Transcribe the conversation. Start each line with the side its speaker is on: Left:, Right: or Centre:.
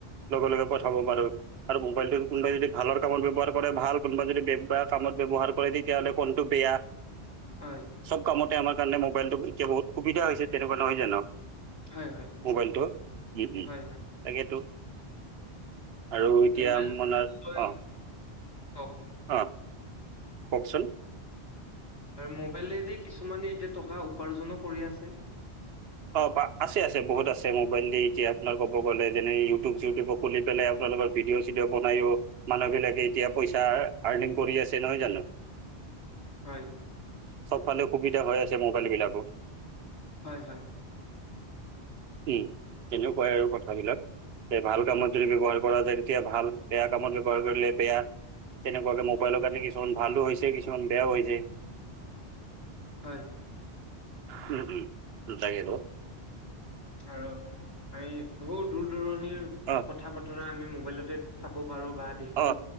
Right: লগে লগে পঠাব পাৰোঁ। আৰু মোবাইলটো কোনোবাই যদি ভালৰ কামত ব্যৱহাৰ কৰে ভাল কোনোবা যদি বে বে কাম ব্যয়হাৰ কৰে। তেতিয়া হ'লে ফোনটো বেয়া।
Left: হয়
Right: চব কামতে আমাৰ কাৰণে মোবাইলটো এতিয়া বহুত সুবিধা হৈছে তেনেকুৱা নহয় জানো।
Left: হয় হয়
Right: মোবাইলটো উম উম
Left: হয় হয়
Right: তাকেইতো। আৰু এতিয়া
Left: মোবাইল
Right: মানে
Left: লৈ
Right: অ,
Left: কওক
Right: অ কওকচোন,
Left: আৰু মোবাইলেৰেদি কিছুমানে এতিয়া টকা উপাৰ্জনো কৰি আছে।
Right: অ, আছে আছে বহুত আছে মোবাইল দি এতিয়া আপোনাৰ ক'ব গ'লে যেনে ইউটিউব, চিউটিউব খুলি পেলাই আপোনালোকৰ ভিডিঅ' চিডিঅ' বনাইও মানুহ বিলাকে এতিয়া পইচা আৰ্নিং কৰি আছে। নহয় জানো?
Left: হয়।
Right: চবফালে সুবিধা হৈ আছে মোবাইল বিলাক।
Left: হয়, হয়।
Right: উম, তেনেকুৱাই আৰু কথাবিলাক যে ভাল কামত যদি ব্যৱহাৰ কৰা যায় তেতিয়া ভাল। বেয়া কামত ব্যৱহাৰ কৰিলে বেয়া। তেনেকুৱাকে মোবাইলৰ কাৰণে কিছুমান ভালো হৈছে কিছুমান বেয়াও হৈছে।
Left: হয়।
Right: উম, উম। <unintelligible>
Left: আৰু আমি বহু দূৰ দূৰণিৰ
Right: অহ।
Left: কথা-বতৰা আমি মোবাইলতে চাব পাৰোঁ বা দেখো
Right: অ।